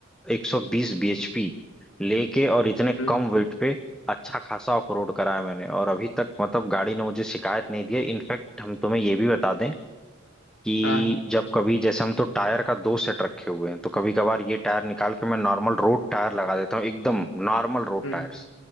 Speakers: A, in the centre; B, on the left.
A: एक सौ बीस बीएचपी लेके और इतने
B: हम्म
A: कम वेट पे अच्छा खासा ऑफ रोड करा है मैंने और अभी तक मतलब गाड़ी ने मुझे शिकायत नहीं दी है इनफैक्ट हम तुम्हें ये भी बता दें कि
B: हाँ
A: जब कभी जैसे हम तो टायर का दो सेट रखे हुए हैं तो कभी कभार ये टायर निकाल के मैं नॉर्मल रोड टायर लगा देता हूँ एकदम नॉर्मल रोड
B: हम्म
A: टायर्स